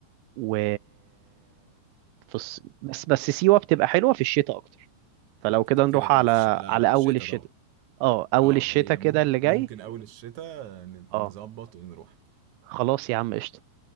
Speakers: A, on the right (about 85°); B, on the right (about 65°).
A: و في الص- بس بس سيوة بتبقى حلوة في الشتاء اكتر فلو كده نروح
B: كده كده
A: على
B: في الشتاء لا
A: على
B: لا الشتاء
A: اول الشتاء
B: طبعا
A: اه اول
B: اه
A: الشتاء
B: هي ممكن
A: كده اللي جاي
B: ممكن اول الشتاء ن-
A: اه
B: نظبط ونروح
A: خلاص يا عم قشطة